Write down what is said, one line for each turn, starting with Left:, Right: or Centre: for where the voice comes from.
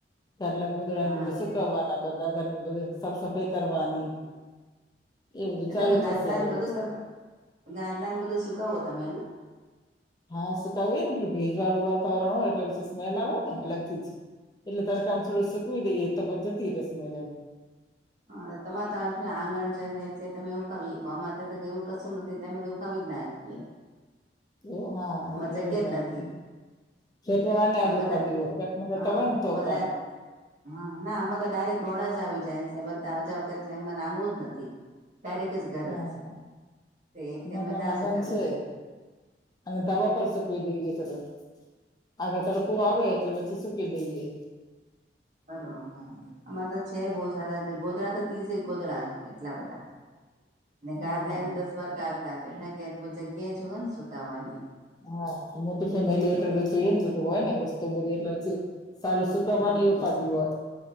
Left: ગાદલા ગોદડાને
Right: હા
Left: બધું સુકવાનું
Right: એ
Left: બધા ઘરને બધુ સાફ સફાઈ કરવાની એ બધું
Right: એ
Left: ચાલુ
Right: તમે ગાદલાને
Left: થશે હવે
Right: બધું
Left: પછી
Right: તમે ગાદલાને બધું સુકાવો તમે એમ?
Left: હા. સુકાવીએ ને પછી ભેજવાળું વાતાવરણ હોય એટલે પછી સ્મેલ આવે ને. અલગથી જ. એટલે તડકામાં થોડું સુકવી દઈએ તો પછી જતી રે સ્મેલ એમ.
Right: હા. તમારે તાં આંગણ છે ને એટલે તમે હુકાવી હકો. અમાર ત્યાં એવું કશું નથી. તો અમે તો હુકાવી જ ના હકીએ.
Left: <inaudible> ઓ હા બરોબાર
Right: જગ્યા જ નથી
Left: છે ફ્લેટવાળાને આજ
Right: અમે
Left: ઉપાધી
Right: તો
Left: હોય. ફ્લેટમાં રેતા
Right: હા
Left: હોય ને તોપણ
Right: અમારે તા હા. ના અમાર તો ડાયરેક્ટ રોડ જ આવી જાય. એટલે બધાજાવ કરે એટલે એમને આંગણું જ નથી. ડાયરેક જ ઘર
Left: હ હા.
Right: જ તે એટલે
Left: ના
Right: અમે
Left: મારા આંગણ
Right: સુકાવી
Left: છે.
Right: શકીએ.
Left: અમે ધાબા ઉપર સુક સુકવી દઈએે થોડું આગળ તડકો આવે એટલે પછી સુકવી દઈએ.
Right: બરોબર. અમારે તો છે બહુ સારા. ગોદરા તો ત્રીસેક ગોદરા હે એટલા બધાં ને ગાદલાંય
Left: હા હા
Right: તો દસ બાર ગાદલા. <unintelligible> કે જગ્યા જોવે ને સુકાવાની
Left: હા. મોટું ફેમિલી
Right: એટલે
Left: હોય જોઈએ ને બધું. હોય ને વસ્તુ બધું એટલે <unintelligible> સુકવવાની
Right: હા
Left: ઉપાદી
Right: એજ ને
Left: હોય